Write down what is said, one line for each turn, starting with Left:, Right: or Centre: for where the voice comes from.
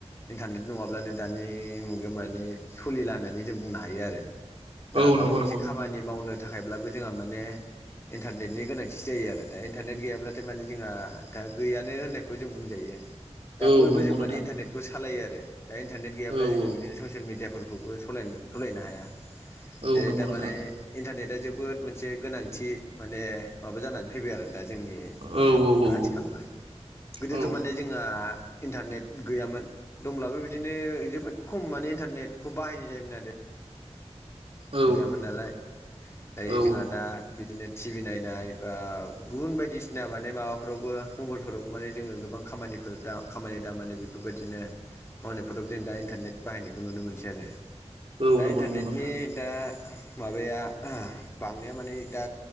Left: इन्टारनेट नङाब्लानो दा दानि मुगायाव माने सलिला होननानै जों बुंनो हायो आरो । दा
Right: औ
Left: माबा
Right: नंगौ
Left: मोनसे
Right: नंगौ नोंथां
Left: खामानि मावनो थाखायब्लाबो जोंहा माने इन्टारनेटनि गोनां थि जायो आरो दा इन्टारनेट गैयाब्लाथाय माने जोंहा दा गैयानो होननायखौ जों बुंजायो । दा
Right: औ
Left: बयबो
Right: नंगौ
Left: जों
Right: नोंथां
Left: माने इन्टारनेटखौ सालायो आरो दा इन्टारनेट गैयाब्ला
Right: औ
Left: जोङो
Right: औ
Left: बिदिनो ससियेल मिडियाफोरखौबो सलायनो सलायनो हाया
Right: औ
Left: ए
Right: नंगौ
Left: दामाने
Right: नोंथां
Left: इन्टारनेआ जोबोद मोनसे गोनांथि माने माबा जानानै फैबाय आरो दा जोंनि माबायाव
Right: औ
Left: दा
Right: औ
Left: आथिखालावहाय गोदोथ'
Right: औ
Left: माने जोंहा इन्टारनेट गैयामोन । दंब्लाबो बिदिनो जोबोद खम माने इन्टारनेटखौ बाहायनाय जायोमोन आरो ।
Right: औ
Left: गैयामोन नालाय दायो
Right: औ
Left: जोंहा
Right: औ
Left: दा बिदिनो टिभि नायनाय बा गुबुन बायदिसिना माने माबाफोरावबो मबाइलफोरावबो माने जोङो गोबां खामानि दा खामानि दामानि बेफोरबायदिनो मावनायफोराव जों दा इन्टारनेट बाहायनायखौ नुनो मोनसै आरो
Right: औ
Left: दा
Right: नंगौ
Left: इन्टारनेटनि
Right: नंगौ नोंथां
Left: दा माबाया बांनाया माने दा